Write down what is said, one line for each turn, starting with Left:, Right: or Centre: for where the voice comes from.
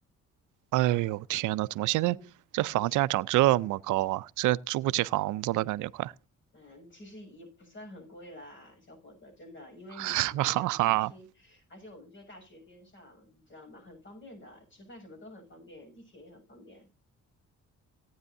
Right: 哎呦，天呐，怎么现在这房价涨这么高啊？
Left: 嗯嗯
Right: 这住不起房子了，感觉快。
Left: 嗯，其实也不算很贵啦，小伙子，真的，因为你想吧，
Right: <laughs> 哈哈哈。
Left: 两室一厅，而且我们就在大学边上，你知道吗？很方便的，吃饭什么都很方便，地铁也很方便。